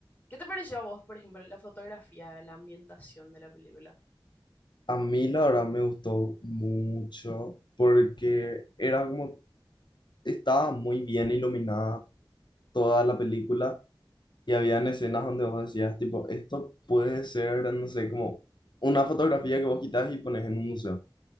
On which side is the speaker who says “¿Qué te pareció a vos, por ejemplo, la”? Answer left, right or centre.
Left